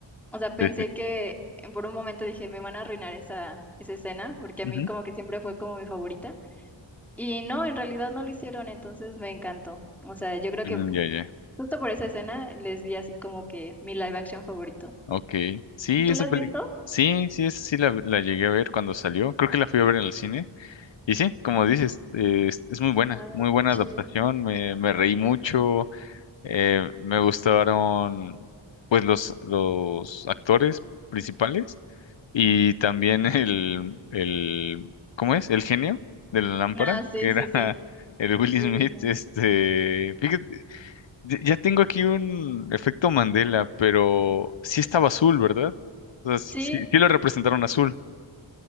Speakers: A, in the centre; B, on the left.
A: O sea, pensé
B: Sí, sí.
A: que por un momento dije, me van a arruinar esa, esa escena, porque a
B: Ujú.
A: mí como que siempre fue como mi favorita. Y no, en realidad no lo hicieron, entonces me encantó. O sea, yo creo que
B: Mm, ya, ya.
A: justo por esa escena les di así como que mi live action favorito.
B: Ok. Sí,
A: ¿Tú
B: esa
A: la has
B: película.
A: visto?
B: Sí, sí, esa sí la, la llegué a ver cuando salió. Creo que la fui a ver en el cine. Y sí, como dices, eh, es, es muy buena,
A: Ay,
B: muy buena
A: qué chido.
B: adaptación, me, me reí mucho, eh, me gustaron pues los, los actores principales y también <laughs> el, el, ¿cómo es? El genio de la lámpara,
A: Ah, sí,
B: que era
A: sí, sí.
B: <laughs> el Will
A: Hubieras,
B: Smith,
A: ¿no?
B: este, fíjate, ya ya tengo aquí un efecto Mandela, pero sí estaba azul, ¿verdad? O sea, sí,
A: Sí,
B: sí sí lo representaron azul